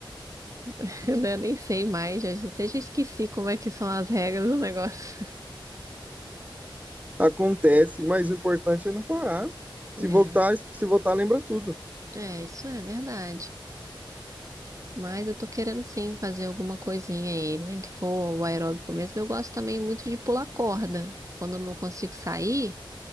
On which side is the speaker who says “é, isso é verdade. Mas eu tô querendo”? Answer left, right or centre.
Right